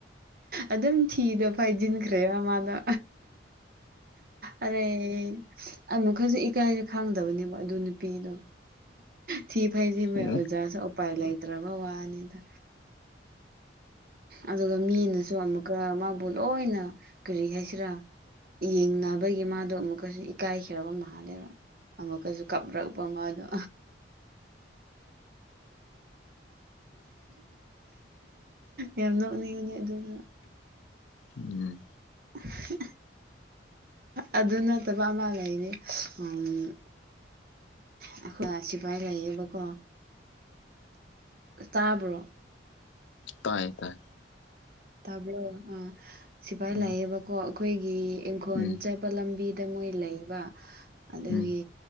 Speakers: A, on the right; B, on the left.
A: ꯑꯗꯨꯝ ꯊꯤꯗꯣ ꯐꯥꯏꯖꯤꯟꯈ꯭ꯔꯦꯕ ꯃꯥꯗꯣ ꯑꯔꯩ ꯑꯃꯨꯛꯀꯁꯨ ꯏꯀꯥꯏꯕ ꯈꯪꯗꯕꯅꯦꯕ ꯑꯗꯨ ꯅꯨꯄꯤꯗꯣ ꯊꯤ ꯐꯥꯏꯖꯤꯟꯕꯩ
B: ꯎꯝ
A: ꯑꯣꯖꯥꯁꯨ ꯎꯄꯥꯏ ꯂꯩꯇ꯭ꯔꯕ ꯋꯥꯅꯤꯗꯥ ꯑꯗꯨꯒ ꯃꯤꯅꯁꯨ ꯑꯃꯨꯛꯀꯥ ꯃꯥꯕꯨ ꯂꯣꯏꯅ ꯀꯔꯤ ꯍꯥꯏꯁꯤꯔꯥ ꯌꯦꯡꯅꯕꯒꯤ ꯃꯥꯗꯣ ꯑꯃꯨꯛꯀꯥꯁꯨ ꯏꯀꯥꯏꯈꯔꯥꯕ ꯃꯥꯜꯂꯦꯕ ꯑꯃꯨꯛꯀꯥꯖꯨ ꯀꯥꯞꯔꯛꯄ ꯃꯥꯗꯣ ꯌꯥꯝ ꯅꯣꯛꯅꯤꯡꯉꯦ ꯑꯗꯨꯒꯤ
B: ꯎꯝ
A: <unintelligible> ꯑꯗꯨ ꯅꯠꯇꯕ ꯑꯃ ꯂꯩꯅꯤ ꯎꯝ ꯑꯩꯈꯣꯏ ꯁꯤꯐꯥꯏ ꯂꯩꯌꯦꯕꯀꯣ ꯇꯥꯕ꯭ꯔꯣ
B: ꯇꯥꯏꯌꯦ ꯇꯥꯏ
A: ꯇꯥꯕꯔꯣ ꯑꯥ ꯁꯤꯐꯥꯏ
B: ꯎꯝ
A: ꯂꯥꯛꯑꯦꯕꯀꯣ ꯑꯩꯈꯣꯏꯒꯤ ꯏꯪꯈꯣꯜ
B: ꯎꯝ
A: ꯆꯠ ꯄ ꯂꯝꯕꯤꯗ ꯃꯣꯏ ꯂꯩꯕ ꯑꯗꯨꯒꯤ
B: ꯎꯝ